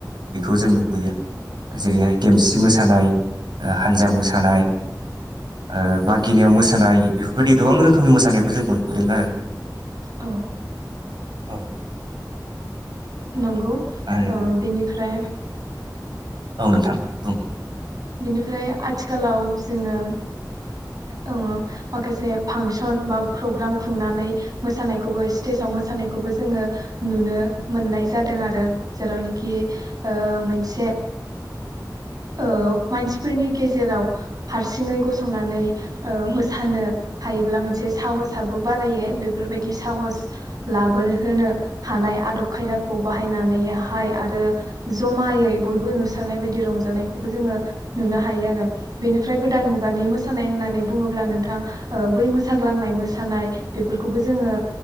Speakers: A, on the right; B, on the right.
A: बेखौ जों नुबोयो जेरैहाय देमसि मोसानाय ओ हानजा
B: औ
A: मोसानाय ओ मागिनायाव मोसानाय बेफोरबायदि गोबां रोखोमनि मोसानायखौ जों मोनबोदों आरो।
B: औ।
A: औ।
B: नंगौ
A: आरो
B: ओ बेनिफ्राय
A: औ नोंथां बुं
B: बिनिफ्राय आथिखालाव जोङो ओं माखासे फांसन बा प्रग्राम खुंनानै मोसानायखौबो स्टेजाव मोसानायखौबो जोङो नुनो मोननाय जादों आरो जेरावनोखि ओ मोनसे औ मानसिफोरनि गेजेराव हारसिङै गसंनानै ओ मोसानो हायोब्ला मोनसे साहसाबो बारायो बेफोरबायदि साहस लाबोहोनो हानाय आदब खायदाखौ बाहायनानैहाय आरो जमायै बयबो नुसारनाय बायदि रंजानायखौबो जोङो नुनो हायो आरो बेनिफ्राय गोदान मुगानि मोसानाय होननाय होननानै बुङोब्ला नोंथां ओ बै मोसाग्लांनाय मोसानाय बेफोरखौबो जोङो